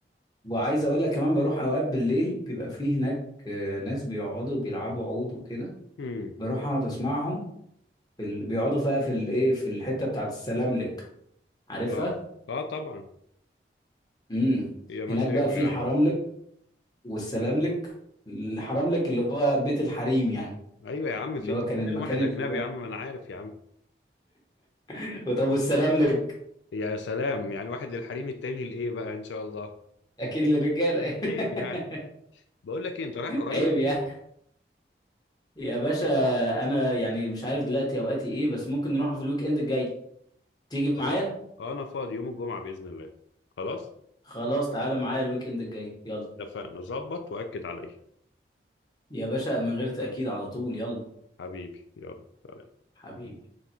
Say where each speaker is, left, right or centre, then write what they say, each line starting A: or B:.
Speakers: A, on the left; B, on the left.
A: وعايز اقول لك كمان بروح اوقات بالليل بيبقى فيه هناك آه، ناس بيقعدوا بيلعبوا عود وكده
B: امم
A: بروح اقعد اسمعهم في ال... بيقعدوا بقى في الايه في الحتة بتاعت السلاملك عارفها
B: اه اه طبعا
A: امم
B: يا مزاجه
A: هناك بقى في
B: يا
A: الحراملك
B: عم
A: والسلام لك الحرام لك اللي هو بيت الحريم يعني
B: ايوه يا عم
A: اللي
B: في انت
A: هو كان
B: بتتكلم
A: المكان
B: واحد
A: اللي...
B: اجنبي يا عم ما انا عارف يا عم
A: <laughs> طب والسلام لك
B: يا سلام يعني واحد للحريم التاني لايه بقى ان شاء الله
A: اكيد
B: عيب
A: للرجاله
B: عيب يعني
A: <laughs>
B: بقول لك ايه انت رايح قريب
A: عيب يعني يا باشا انا يعني مش عارف دلوقتي اوقاتي ايه بس ممكن نروح في الويك اند الجاي تيجي معايا
B: خلاص آه، انا فاضي يوم الجمعة بإذن الله خلاص
A: خلاص تعالى معايا الويك اند الجاي يلا
B: اتفقنا ظبط وأكد عليا
A: يا باشا من غير تأكيد على طول يلا
B: حبيبي يلا سلام
A: حبيبي